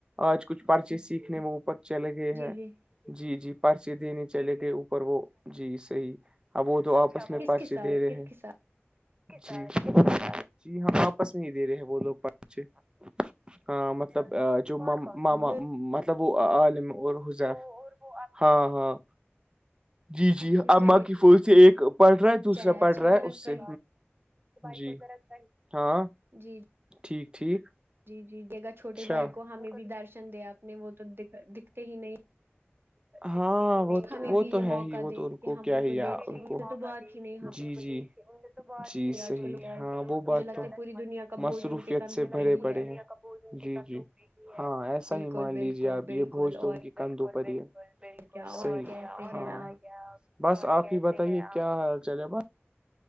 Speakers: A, on the right; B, on the right.
A: آج کچھ پرچے
B: جی
A: سیکھنے میں اوپر چل گئے ہیں
B: جی جی
A: جی جی پرچے دینے چلے گئے اوپر وہ جی صحیح اب وہ تو آپس میں
B: کس
A: پرچے
B: کے ساتھ
A: دے رہے
B: کس
A: ہیں
B: کے ساتھ
A: جی جی ہم واپس نہیں دے رہے ہیں وہ لوگ پہچے ہاں مطلب جو ماما
B: وہ
A: مطلب وہ عالم اور حزیف ہاں ہاں جی جی
B: اچھا
A: امماں
B: چلے
A: کی پور سے ایک پڑ رہے تھ دوسرا
B: چلے اچھا
A: پڑ رہا ہے
B: ذرا
A: اس
B: کہیں
A: سے جی ہاں
B: جی
A: ٹھیک ٹھیک
B: جی جی جگا چھوٹے بھائی
A: ان
B: کو ہمیں بھی درشن دے آپ نے وہ تو دکھتے ہی نہیں
A: ہاں وہ
B: ہمیں
A: تو وہ
B: بھی
A: تو
B: یہ
A: ہے
B: موقع
A: ہی وہ
B: دے
A: تو
B: کہ ہم
A: کیا
B: ان
A: ہی
B: کو
A: یا
B: دیکھیں ان
A: کو
B: سے تو بات ہی نہیں ہوتی
A: جی جی جی صحیح
B: آج کل ہوتے ہیں
A: ہاں وہ
B: مجھے
A: بات
B: لگتا
A: تو
B: ہے پوری دنیا کا
A: مصروفیت
B: بوجھ ان کے کندھوں
A: سے بھرے
B: پہ ہی
A: پڑے
B: ہے
A: ہیں جی جی ہاں ایسا
B: بالکل
A: ہی مان
B: بالکل
A: لیجیے آپ
B: بالکل
A: یہ بوج
B: اور
A: تو ان کی کندھوںوپر ہی ہے
B: کیا اور
A: صحیح
B: کیسے
A: ہاں
B: ہے آپ
A: بس آپ ہی بتائیے کیا حال چل ہے بس